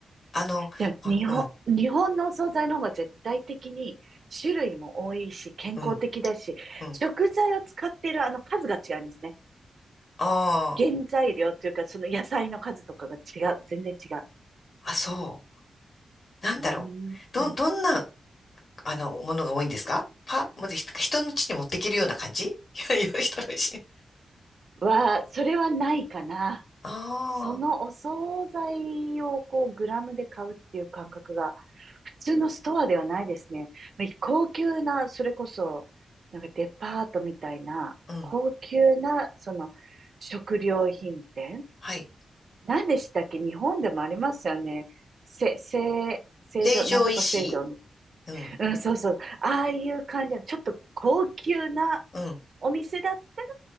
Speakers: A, on the left; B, on the right.
A: あの、
B: でも日本、
A: あ、うん、
B: 日本のお惣菜の方が絶対的に種類も多いし、健康的だし、
A: うん、うん。
B: 食材を使っているあの数が違いますね。
A: あ
B: 原材料っていうか、その野菜の数とかが違う。全然違う。
A: あ、あ、そう。なんだろう。
B: うーん。
A: ど、どんな、あの、ものが多いんですかパ、もうひ人の家に持ってけるような感じいやいや、<laughs> 人の家
B: は、それはないかな。
A: あ
B: そのお惣菜をこうグラムで買うっていう感覚が普通のストアではないですね。まあ高級な、それこそ、なんかデパートみたいな、
A: あ、うん、
B: 高級な、その食料品店。
A: はい。
B: 何でしたっけ日本でもありますよね。せ、せ、成城、
A: 成城石井
B: なんとか正常う
A: うん、
B: ん、そうそう。ああいう感じの、ちょっと高級な
A: うん、
B: お店だったら